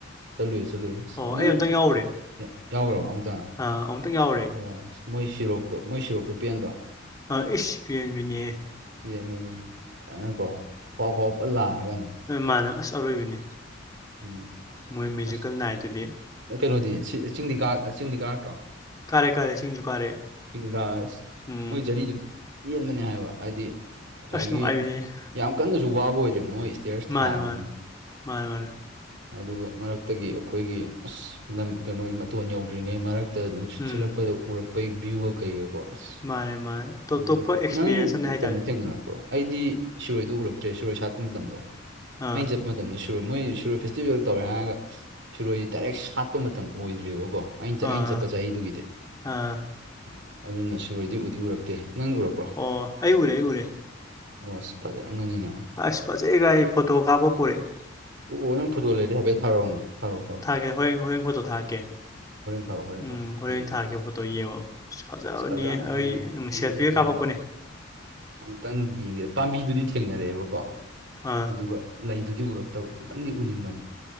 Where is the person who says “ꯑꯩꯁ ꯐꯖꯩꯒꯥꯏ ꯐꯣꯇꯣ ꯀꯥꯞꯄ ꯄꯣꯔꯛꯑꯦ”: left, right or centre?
Left